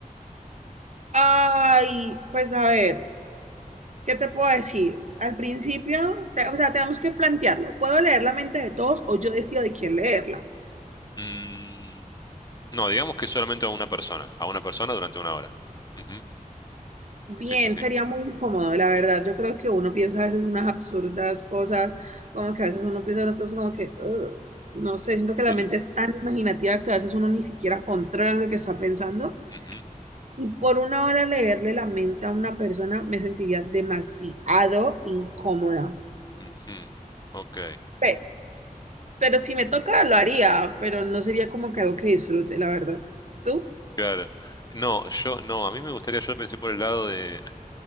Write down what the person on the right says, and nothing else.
Ay, pues a ver, ¿qué te puedo decir? Al principio, te- o sea, tenemos que plantearlo. ¿Puedo leer la mente de todos o yo decido de quién leerla?
Bien,
sería muy incómodo, la verdad. Yo creo que uno piensa a veces unas absurdas cosas, como que a veces uno piensa unas cosas como que, "Ugh", no sé, siento que la
mente
es tan imaginativa que a veces uno ni siquiera controla lo que está pensando.
Y por una hora leerle la mente a una persona me sentiría demasiado incómoda.
Pe- Pero, si me toca, lo haría, pero no sería como que algo que disfrute, la verdad. ¿Tú?